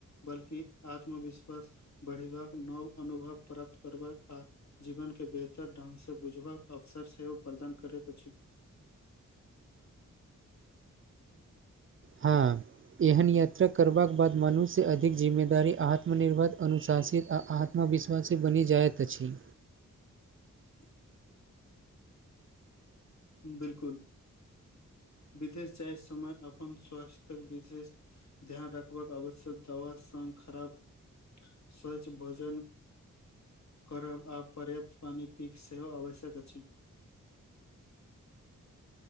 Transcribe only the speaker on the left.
बल्कि आत्म विश्वास बढ़ेबाक नव अनुभव प्राप्त करबाक आ जीवनके बेहतर ढंग से बुझबाक अवसर सेहो प्रदान करैत अछि।
<inaudible> बिल्कूल। विदेश जाय समय अपन स्वास्थकऽ विशेष। ध्यान रखबाक आवश्यक दवा संघ खराब। सवाच भजन। करब आ पर्यप्त पानि पीक सेहो आवश्यक अछि